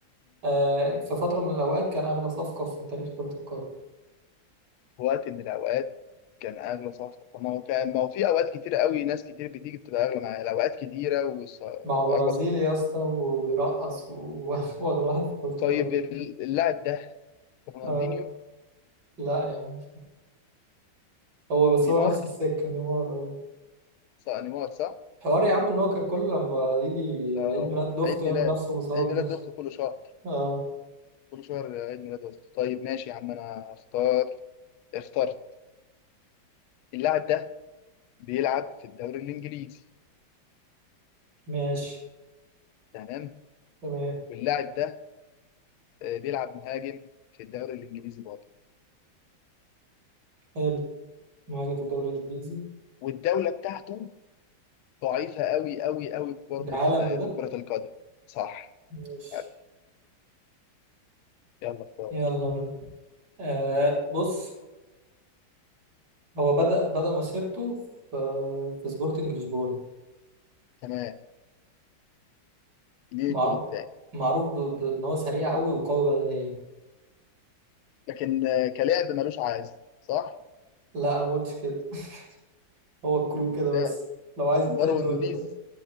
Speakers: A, on the right (about 55°); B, on the left (about 85°).
A: آه في فترة من الأوقات كان أغلى صفقة في تاريخ كرة القدم
B: في وقت من الاوقات كان اغلى صفقه طب ما هو كان ما هو في اوقات كتيره قوي ناس كتير بتيجي بتبقى اغلى معايا الاوقات كتيره والص-
A: مع برازيل
B: واغلى صفقه
A: يا اسطى وبيرقص و- <laughs> وأغلى واحد في كرة
B: طيب
A: القدم
B: ال- اللاعب ده رونالدينيو
A: آه لا يا عم هو بس
B: نيمار
A: هو نفس السكة نيمار آه.
B: صح نيمار صح
A: حوار يا عم إن هو كان كل لما يجي
B: اه
A: عيد ميلاد لأخته
B: عيد ميلاد
A: يعمل نفسه مصاب
B: عيد ميلاد
A: ده
B: اخته كل شهر
A: اه
B: كل شهر عيد ميلاد اخته طيب ماشي يا عم انا اختار اخترت اللاعب ده بيلعب في الدوري الانجليزي
A: ماشي
B: تمام
A: تمام
B: واللاعب ده آه، بيلعب مهاجم في الدوري الانجليزي برضه
A: حلو مهاجم في الدوري الإنجليزي
B: والدوله بتاعته ضعيفة قوي قوي قوي برضه
A: ده هالاند
B: في
A: ده
B: في كرة القدم صح
A: ماشي
B: حلو. يلا اختار
A: يلا بينا آه بص هو بدأ بدأ مسيرته في في سبورتنج لشبونة
B: تمام دي
A: معروف
B: الجول التاني
A: معروف ب- بان هو سريع قوي وقوي بدنيا
B: لكن آه، كلاعب ملوش عايزة صح
A: لا انا ما قلتش كده <laughs> هو الكلو كده
B: ده
A: بس لو عايز التاني
B: داروين
A: تقول
B: نونيز
A: لي بقى